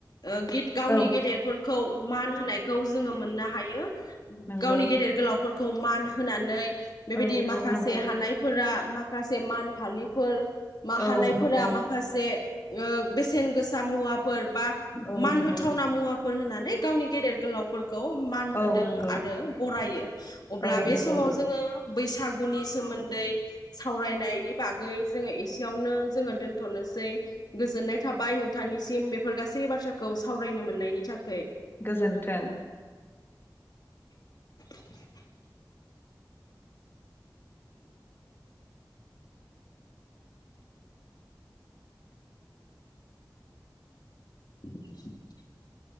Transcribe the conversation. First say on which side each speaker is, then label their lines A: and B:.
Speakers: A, on the left (about 60°); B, on the left (about 30°).
A: ओ गिद गावनि
B: औ
A: गेदेरफोर खौ मान होनायखौ जोङो मोननो हायो
B: नंगौ
A: गावनि गेदेर गोलावफोर खौ मान होनानै बेबायदि
B: औ
A: माखासे
B: औ नंगौ
A: हानाय फ्रा माखासे मान फालिफोर मा
B: औ
A: हानायफोरा
B: नंगौ
A: माखासे ओ बेसेन गोसा मुवा फोर बा
B: औ
A: मान
B: नंगौ
A: होथावना मुवाफोर होनानै गावनि गेदेर गोलावफोरखौ मान होदों
B: औ नंगौ
A: आरो बरायो अब्ला
B: औ
A: बे
B: नंगौ
A: समाव जोङो बैस फागुनि सोमोन्दै सावरायनायनि बागै जोङो एसेयावनो जोङो दोनथनोसै गोजोननाय थाबाय नोंथांनिसिम बेफोर गासै बाथ्राखौ सावरायनो मोननायनि थाख
B: गोजोन्थों ।
A: <inaudible> <inaudible>